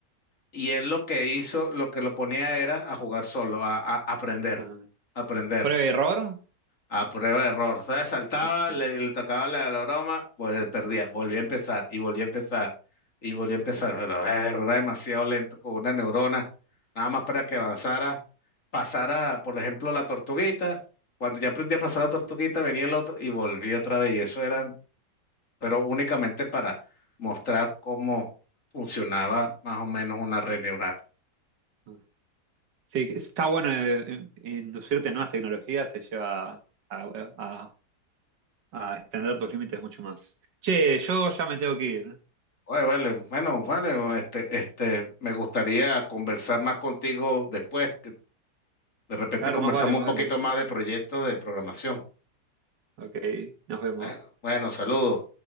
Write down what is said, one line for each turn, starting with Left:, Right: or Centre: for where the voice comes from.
Left: Y él lo que hizo, lo que lo ponía era a jugar solo, a, a aprender,
Right: Ah,
Left: aprender,
Right: ¿Prueba y error?
Left: a prueba de error. ¿Sabes? Saltaba,
Right: No sé.
Left: le,
Right: Sí,
Left: le tocaba la, la broma, pues perdía, volvía a empezar y volvía a empezar y volvía a empezar,
Right: sí, sí. sí.
Left: pero eh, era demasiado lento con una neurona, nada más para que avanzara, pasara, por ejemplo, la tortuguita. Cuando ya aprendí a pasar la tortuguita, venía el otro y volvía otra vez. Y eso eran, pero únicamente para mostrar cómo funcionaba más o menos una red neural.
Right: Ah. Sí, está bueno eh, inducirte en nuevas tecnologías, te lleva a, a- a extender tus límites mucho más. Che, yo ya me tengo que ir.
Left: Oye, vale, bueno, vale, este, este, me gustaría conversar más contigo después, que de repente
Right: Claro,
Left: conversamos
Right: más vale, más
Left: un poquito
Right: vale.
Left: más de proyectos de programación.
Right: Ok, nos vemos.
Left: Bueno, bueno, saludos.